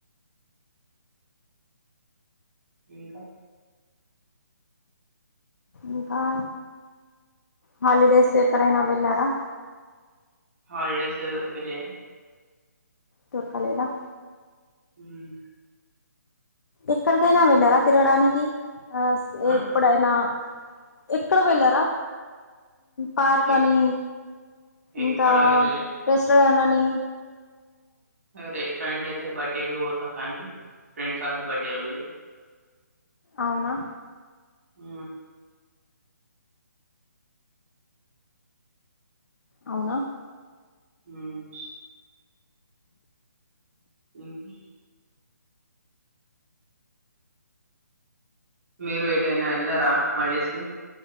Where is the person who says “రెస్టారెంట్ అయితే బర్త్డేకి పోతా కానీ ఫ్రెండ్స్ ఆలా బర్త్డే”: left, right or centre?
Right